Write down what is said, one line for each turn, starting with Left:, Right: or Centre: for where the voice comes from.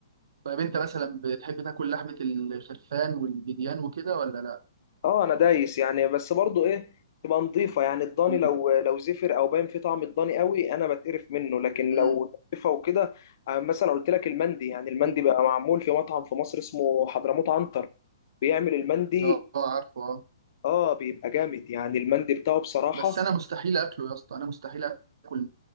Right: طيب أنت مثلا بتحب تاكل لحمة الخرفان والبيديان وكده ولا لأ؟
Left: اه انا دايس يعني بس برضو ايه تبقى نظيفه يعني الضاني
Right: مم.
Left: لو لو زفر او باين فيه طعم الضاني قوي انا بتقرف منه لكن
Right: مم.
Left: لو نظيفه وكده آه، مثلا قلت لك المندي يعني المندي
Right: مم.
Left: بقى معمول في مطعم في مصر اسمه حضرموت عنتر بيعمل المندي
Right: أه آه، عارفه أه
Left: اه بيبقى جامد يعني المندي بتاعه بصراحه
Right: بس أنا مستحيل أكله يا اسطى أنا مستحيل أكل